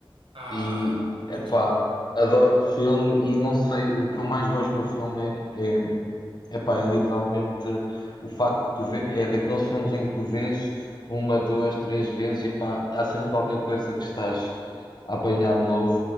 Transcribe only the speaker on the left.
E, epá,
adoro o filme e não sei, o que eu mais gosto no filme é, é, epá, é literalmente o facto de tu ver, é daqueles filmes em que tu vês uma, duas, três vezes e pá, há sempre qualquer coisa que estás a apanhar de novo.